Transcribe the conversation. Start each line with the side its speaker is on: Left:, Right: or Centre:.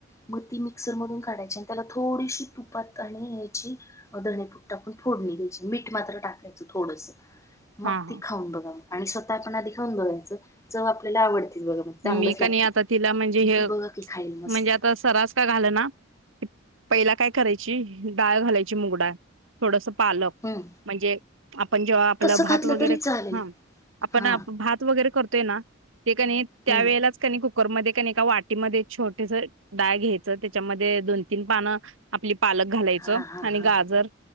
Left: म ती मिक्सर मधून काढायची आणि त्याला थोडीशी तुपात आणि याची धणे पूड टाकून फोडणी द्यायची. मीठ मात्र टाकायचं थोडसं. मग
Right: हा
Left: ती खाऊन बघा आणि स्वतः आपणा आधी खाऊन बघायचं जव आपल्याला आवडते बघा मग चांगलंच
Right: मी कानी
Left: लागतं
Right: आता
Left: ते
Right: तिला म्हणजे हे
Left: ती बघा की खाईल मस्त
Right: म्हणजे आता सरास का घाल ना पहिला काय करायची डाळ घालायची मुगडा थोडस पालक
Left: हम्म
Right: म्हणजे आपण जेव्हा आपलं
Left: तसं
Right: भात
Left: घातलं
Right: वगैरे
Left: तरी चालेल.
Right: हा आपण
Left: हा
Right: भात वगैरे करतो ते त्या
Left: हम्म
Right: वेळेलाच कणी खूप ककरमध्येध्येण एका वाटीमध्ये छोटेस डाळ घ्यायचं त्याच्यामध्ये दोन तीन पानं आपली पालक घालायचं
Left: हा हा
Right: आणि
Left: हा
Right: गाजर